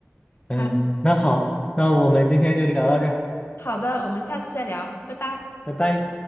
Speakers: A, on the left; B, on the left.
A: 嗯，
B: 啊，
A: 那好，那我们今天就聊到这儿，
B: 好的，我们下次再聊，拜拜。
A: 拜拜。